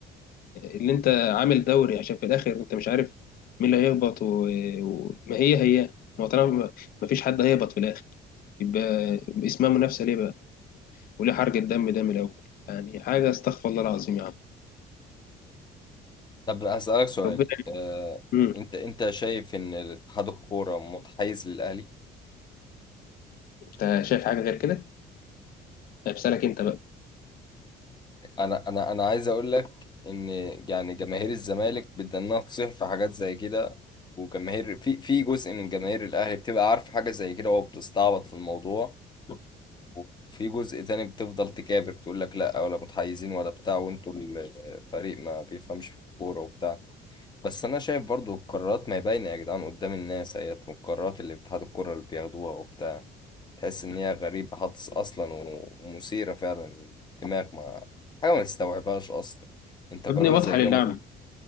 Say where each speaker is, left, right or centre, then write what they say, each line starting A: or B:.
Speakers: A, on the left (about 60°); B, on the left (about 25°).
A: اللي انت عامل دوري عشان في الاخر انت مش عارف مين اللي هيهبط و- وما هي هي ما هو طالما ما فيش حد هيهبط في الاخر يبقى اسمها منافسه ليه بقى وليه حرق الدم ده من الأول يعني حاجة استغفر الله العظيم يا عم
B: طب أسألك سؤال
A: ربنا
B: آه
A: مم.
B: أنت أنت شايف إن اتحاد الكورة متحيز للأهلي
A: أنت شايف حاجة غير كده؟ أمثالك أنت بقى
B: انا انا انا عايز اقول لك ان يعني جماهير الزمالك بدنا تصيح في حاجات زي كده وجماهير في في جزء من جماهير الاهلي بتبقى عارف حاجه زي كده وبتستعبط في الموضوع وفي جزء تاني بتفضل تكابر تقول لك لا ولا متحيزين ولا بتاع وانتوا الفريق ما بيفهمش في الكوره وبتاع بس انا شايف برضو القرارات ما هي باينه يا جدعان قدام الناس اهيت والقرارات اللي اتحاد الكوره اللي بياخدوها وبتاع تحس ان هي غريبة حدس اصلا و- ومثيرة فعلا للدماغ ما حاجة ما تستوعبهاش اصلا انت قرار
A: يا ابني واضحة
B: زي
A: للعمى
B: كده المفروض